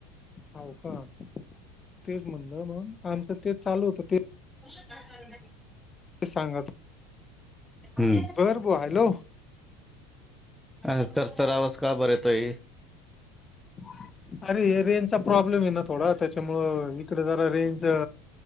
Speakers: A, on the left (about 20°); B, in the centre.
A: हाव का तेच म्हणलं म्हण आमचं ते चालू होतं ते
B: <unintelligible>
A: ते सांगच
B: हम्म
A: बरं बुवा हॅलो.
B: अ चरचर आवाज का बरं येतोय?
A: <unintelligible> अरे हे रेंजचा प्रॉब्लेम आहे ना थोडा त्याच्यामुळे इकडे जरा रेंज